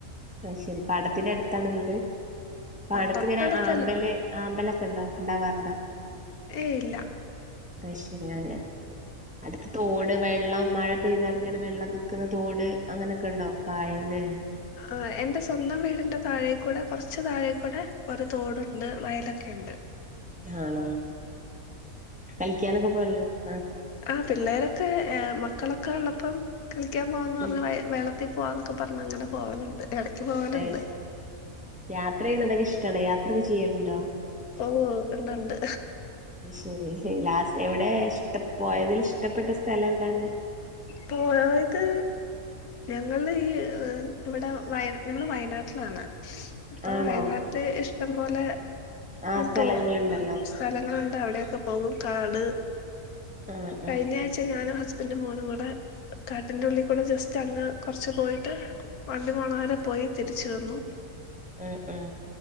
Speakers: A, in the centre; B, on the left.
A: ആഹ് ശരി പാടത്തിന്റെ അടുത്താണോ വീട് പാടത്തിങ്ങനെ
B: തൊട്ടടുത്ത
A: ആമ്പല് ആമ്പലൊക്കെ ണ്ടോ ണ്ടാവാറുണ്ടോ
B: ഏയ് ഇല്ല
A: അത് ശരി അങ്ങനെ അടുത്ത തോട് വെള്ളംമഴപെയ്താൽഇങ്ങനെവെള്ളം നിക്കുന്ന തോട് അങ്ങനെയൊക്കെ ഉണ്ടോ കായല്
B: ആഹ്എന്റെ സ്വന്തം വീടിന്റെ താഴേക്കൂടെ കുറച്ച താഴെക്കൂടെ ഒരു തോടുണ്ട് വയലൊക്കെയുണ്ട്
A: ആണോ? കളിക്കാനൊക്കെ <unintelligible> ആഹ
B: ആഹ് പിള്ളേരൊക്കെ മക്കളൊക്കെള്ളപ്പം കളിക്കാൻ പോവാന്ന് പറഞ്ഞ
A: ഉം
B: വള ത്തി പോവാന്നൊക്കെ പറഞ് അങ്ങനെ പോവലുണ്ട് ഇടക്ക് പോവലുണ്ട്
A: <unintelligible> യാത്ര ചെയ്യുന്നത് അതൊക്കെ ഇഷ്ടണ യാത്രയൊക്കെ ചെയ്യലുണ്ടോ?
B: ഓഹ് ഇണ്ടണ്ട്
A: അത്ശരി ലാസ്റ്റ് എവിടെ ഇഷ്ട പോയതിൽ ഇഷ്ടപ്പെട്ട സ്ഥലം എവിടാണ്?
B: പോയത് ഞങ്ങൾത് ഈ ഇവടെ വ ഞങ്ങള് വയനാട്ടിലാണ് ഇപ്പം
A: ആണോ
B: വയനാട്ടിൽ ഇഷ്ടം പോലെ
A: ആഹ് സ്ഥലങ്ങള്
B: തോ
A: ഇണ്ടല്ലോ?
B: സ്ഥലങ്ങളുണ്ട് അവിടൊക്കെ പോകും കാട്
A: ആ
B: കഴിഞ്ഞ
A: ആ
B: ആഴ്ച ഞാനും ഹസ്ബൻഡും മോനും കൂടെ കാട്ടിന്റെ ഉള്ളിൽ കൂടെ ജസ്റ്റ് അങ്ങ് കുറച്ച് പോയിട്ട് വണ്ടി പോണവരെ പോയി തിരിച്ചു വന്നു
A: ഉം ഉം